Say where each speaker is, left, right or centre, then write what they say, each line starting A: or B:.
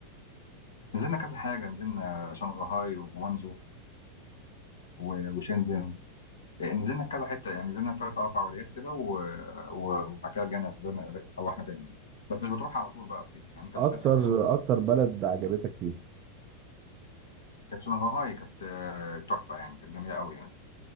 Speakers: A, on the left; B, on the right.
A: نزلنا كذا حاجه نزلنا شنغهاي وجوانزو و- وشنزن إيه، نزلنا كذا حته يعني نزلنا ثلاث اربع ولايات كده و- و- وبعد كده رجعنا سافرنا او احنا تاني يعني. بس مش بتروح على طول بقى الصين يعني انت
B: اكتر
A: بتركب الاول
B: اكتر بلد عجبتك فيها
A: كانت شنغهاي كانت آه، تحفه يعني كانت جميله قوي يعني